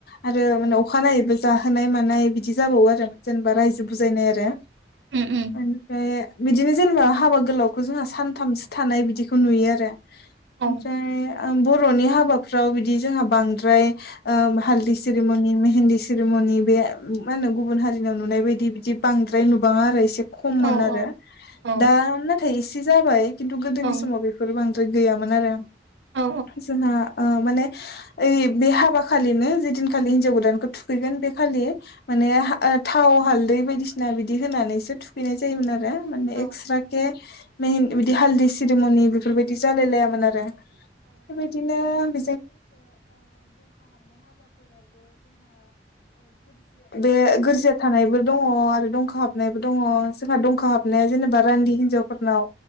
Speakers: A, on the left; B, on the right.
A: आरो मानाव अखानायैबो जाहोनाय मानाय बिदि। जाबावो आरो जेनेबा रायजो बुजायनाय आरो
B: उम उम
A: ओंफ्राय बिदिनो जेनेबा हाबा। गोलावखौ जोंहा सानथामसो थानाय बिदिखौ नुयो आरो ओमफ्राय।
B: औ
A: ओम बर'नि हाबाफ्राव बिदि जोंहा बांद्राय ओ हालदै सिरीमनि मेहेन्दी सिरीमनि। मोनि बे मा होनो गुबुन हारिनाव नुनाय बायदि बिदि बांद्राय नुबाङा आरो एसे। खममोन
B: औ
A: आरो
B: औ औ
A: दा नाथाय एसे जाबाय खिन्थु गोदोनि
B: औ
A: समाव बेफोर बां। बो गैयामोन आरो
B: औ
A: जोंहा। ओ माने ओइ बे हाबा खालिनो जेदिनखालि हिनजाव गोदानखौ थुखैगोन बे खालि मोन। माने हा थाव हालदै बायदिसिना बिदि होनानैसो थुखैनाय जायोमोन आरो। माने
B: औ
A: एक्स्राके मेहिनन बिदि हालदै सिरीमनि बेफोरबायदि जालाय लायामोन आरो। बेबादिनो। <inaudible> गोरजया थानायबो दङ आरो दंखा हाबनायबो दङ। जोंहा दंखा हाबनाया जेनेबा रान्दि हिनजाव फोरनाव